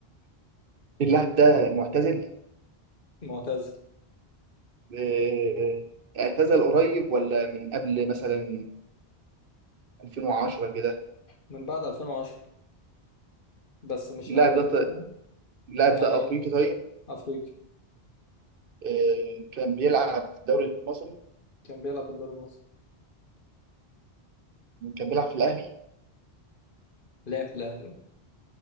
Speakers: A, on the right (about 60°); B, on the left (about 55°).
A: اللاعب ده معتزل
B: معتزل
A: آه، اعتزل قريب ولا من قبل مثلا 2010 كده
B: من بعد 2010 بس مش
A: اللاعب
B: قوي
A: ده
B: يعني فاهم
A: اللاعب
B: يعني
A: ده افريقي طيب
B: أفريقي
A: آه، كان بيلعب في الدوري المصري
B: كان بيلعب في الدوري المصري
A: كان بيلعب في الاهلي
B: لعب في الأهلي